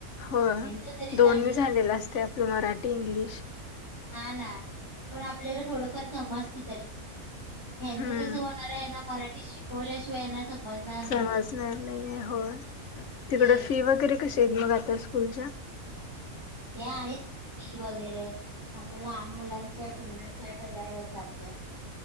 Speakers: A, on the left; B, on the left.
A: होय
B: ह्यांच तरी
A: दोन्ही
B: चांगलं
A: झालेलं
B: सुट
A: असते आपलं मराठी इंग्लिश
B: हा ना पण आपल्याला थोडंफार समजत तरी ह्यांच
A: हम्म
B: कस मराठी शिकवल्या शिवाय समजणार नाही
A: समजणार नाहीए होय, तिकड
B: ते
A: फी वगैरे कशी आहेत मग आता स्कूलच्या.
B: ते आहेत फी वगैरे. आता लहान मुलांच्या पन्नास-साठ हजारवर जातय.